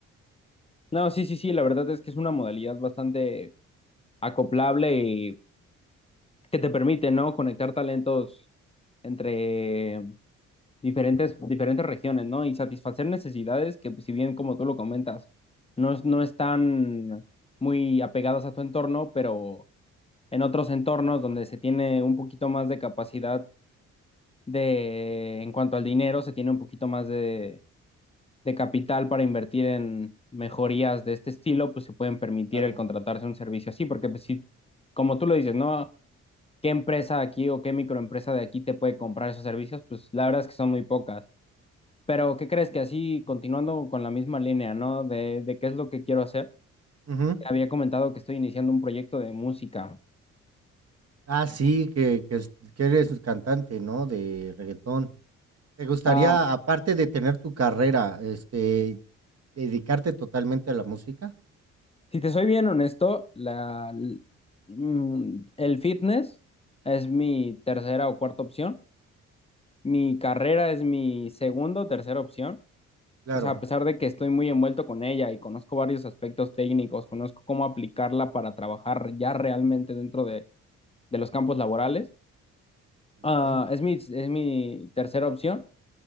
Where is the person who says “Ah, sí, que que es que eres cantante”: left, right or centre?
Right